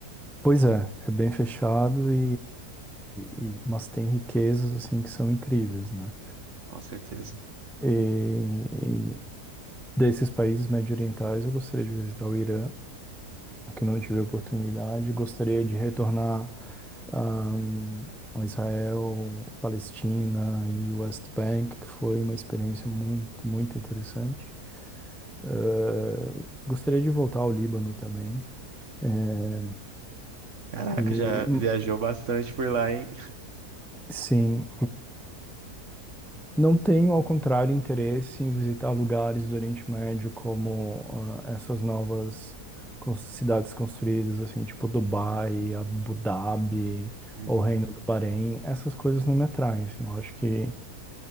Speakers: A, in the centre; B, on the right (about 50°).
A: pois é, é bem fechado e, e- e- mas tem riquezas, assim, que são incríveis, né?
B: com certeza.
A: E, e desses países médio-orientais, eu gostaria de visitar o Irã. que não tive oportunidade. Gostaria de retornar ahm, a Israel, Palestina e West Bank, que foi uma experiência muito, muito interessante. Eh, gostaria de voltar ao Líbano também. eh,
B: Caraca,
A: E
B: já viajou
A: hum,
B: bastante por lá, hein?
A: sim, Não tenho, ao contrário, interesse em visitar lugares do Oriente Médio como ah, essas novas cons- cidades construídas, assim, tipo Dubai, Abu Dhabi
B: Uhum.
A: ou Reino do Bahrein. Essas coisas não me atraem, assim, eu acho que